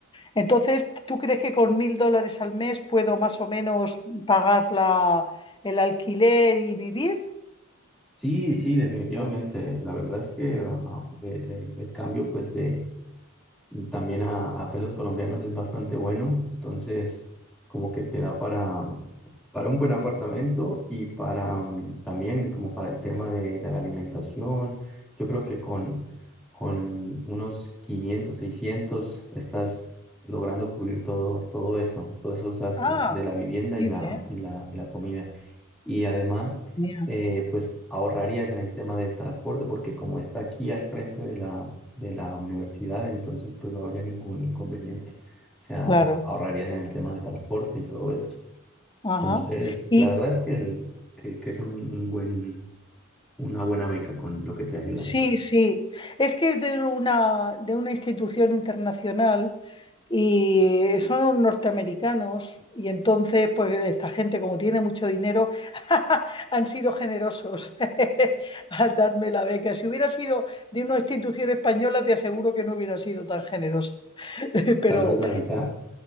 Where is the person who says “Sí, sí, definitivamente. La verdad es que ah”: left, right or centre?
Centre